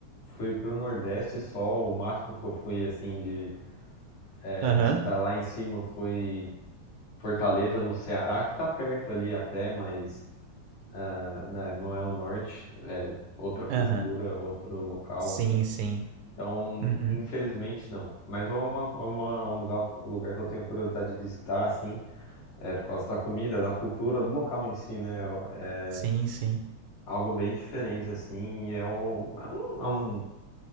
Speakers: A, on the left; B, on the right.
A: fui pro Nordeste só, o máximo que eu fui, assim, de é,
B: aham,
A: estar lá em cima foi Fortaleza, no Ceará, que tá perto ali até, mas ah, né, não é o norte, é outra cultura,
B: aham.
A: outro local,
B: Sim,
A: assim.
B: sim.
A: Então,
B: Uhum.
A: infelizmente, não. Mas é, uma, é uma- um lugar, um lugar que eu tenho curiosidade de visitar, assim. É por causa da comida, da cultura, do local em si, né? É
B: Sim, sim.
A: algo bem diferente, assim, e é, o- é um- é um-